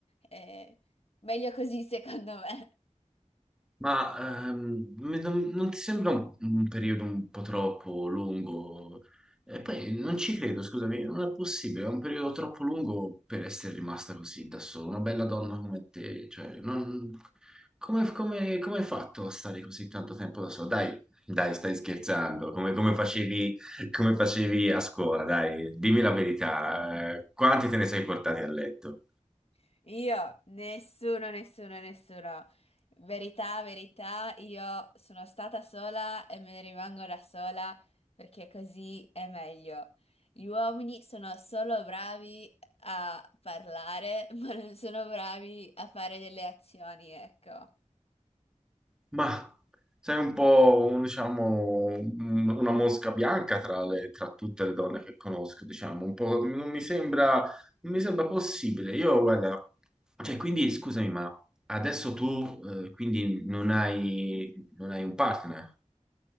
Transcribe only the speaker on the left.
eh, meglio così secondo me.
<laughs> Io, nessuno, nessuno, nessuno. Verità, verità, io sono stata sola e me ne rimango da sola perché così è meglio. Gli uomini sono solo bravi a parlare, <laughs> ma non sono bravi a fare delle azioni, ecco.